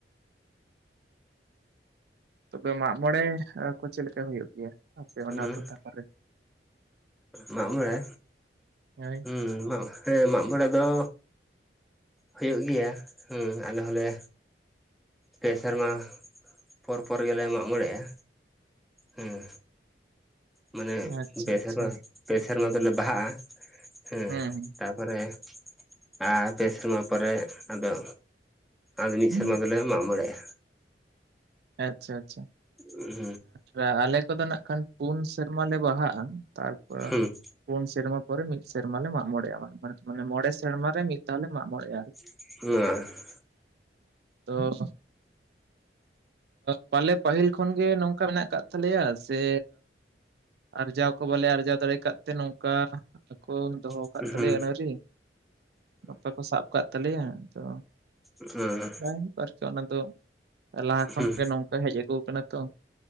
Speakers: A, on the right (about 60°); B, in the centre.
A: ᱛᱚᱵᱮ ᱢᱟᱜᱢᱚᱬᱮ ᱟᱨ ᱠᱚ ᱪᱮᱫ ᱞᱮᱠᱟ ᱦᱩᱭᱩᱜ ᱜᱮᱭᱟ ᱟᱯᱮ ᱚᱱᱟ
B: ᱦᱩᱸ
A: ᱴᱚᱴᱷᱟ ᱠᱚᱨᱮ?
B: ᱢᱟᱜ ᱢᱚᱬᱮ᱾
A: ᱦᱳᱭ
B: ᱦᱩᱸ ᱦᱮᱸ ᱢᱟᱜ ᱢᱚᱬᱮ ᱫᱚ ᱦᱳᱭᱳᱜ ᱜᱮᱭᱟ ᱦᱩᱸ ᱟᱞᱮ ᱦᱚᱸᱞᱮ᱾ ᱯᱮ ᱥᱮᱨᱢᱟ ᱯᱚᱨ ᱯᱚᱨ ᱜᱮᱞᱮ ᱢᱟᱜ ᱢᱚᱬᱮᱜᱼᱟ ᱦᱩᱸ᱾ ᱢᱟᱱᱮ
A: ᱟᱪᱪᱷᱟ
B: ᱯᱮ
A: ᱟᱪᱪᱷᱟ
B: ᱥᱮᱨᱢᱟ ᱯᱮ ᱥᱮᱨᱢᱟ ᱫᱚᱞᱮ ᱵᱟᱦᱟᱜᱼᱟ ᱦᱩᱸ,
A: ᱦᱮᱸ
B: ᱛᱟ ᱯᱚᱨᱮ ᱟᱨ ᱯᱮ ᱥᱮᱨᱢᱟ ᱯᱚᱨᱮ ᱟᱫᱚ ᱟᱫᱚ ᱢᱤᱫ
A: ᱦᱮᱸ
B: ᱥᱮᱨᱢᱟ ᱫᱚᱞᱮ ᱢᱟᱜ ᱢᱚᱬᱮᱜᱼᱟ᱾
A: ᱟᱪᱪᱷᱟ ᱟᱪᱪᱷᱟ᱾
B: ᱦᱩ
A: ᱟᱨ ᱟᱞᱮ ᱠᱚᱫᱚ ᱱᱟᱜ ᱠᱷᱟᱱ ᱯᱩᱱ ᱥᱮᱨᱢᱟ ᱞᱮ ᱵᱟᱦᱟᱜᱼᱟ, ᱛᱟᱨᱯᱚᱨ
B: ᱦᱩᱸ
A: ᱯᱩᱱ ᱥᱮᱨᱢᱟ ᱯᱚᱨᱮ ᱢᱤᱫ ᱥᱮᱨᱢᱟ ᱞᱮ ᱢᱟᱜ ᱢᱚᱬᱮᱜ-ᱟ, ᱢᱚᱱᱮ ᱢᱚᱱᱮ ᱢᱟᱱᱮ ᱢᱚᱬᱮ ᱥᱮᱨᱢᱟ ᱨᱮ ᱢᱤᱫ ᱫᱷᱟᱣ ᱞᱮ ᱢᱟᱜ ᱢᱚᱬᱮᱜᱼᱟ᱾
B: ᱦᱩ
A: ᱚ ᱯᱟᱞᱮ ᱯᱟᱦᱤᱞ ᱜᱮ ᱱᱚᱝᱠᱟ ᱢᱮᱱᱟᱜ ᱠᱟᱜ ᱛᱟᱞᱮᱭᱟ ᱥᱮ ᱟᱨᱡᱟᱣ ᱠᱚ ᱵᱟᱞᱮ ᱟᱨᱡᱟᱣ ᱫᱟᱲᱮᱜ ᱠᱟᱫ ᱛᱮ ᱱᱚᱝᱠᱟ᱾ ᱟᱠᱚᱼᱼ ᱫᱚᱦᱚᱣ
B: ᱦᱩᱸ
A: ᱠᱟᱫ ᱛᱟᱞᱮᱭᱟ ᱟᱹᱱ ᱟᱹᱨᱤ ᱱᱟᱯᱟᱭ ᱠᱚ ᱥᱟᱵ ᱠᱟᱜ ᱛᱟᱞᱮᱭᱟ ᱟᱫᱚ,
B: ᱦᱩᱸ
A: ᱡᱟᱭ ᱦᱳᱭ ᱟᱨᱠᱤ ᱚᱱᱟ ᱫᱚ ᱞᱟᱦᱟ ᱠᱷᱚᱱ
B: ᱦᱩᱸ
A: ᱜᱮ ᱱᱚᱝᱠᱟ ᱦᱮᱡ ᱟᱹᱜᱩᱣ ᱠᱟᱱᱟ ᱛᱚ᱾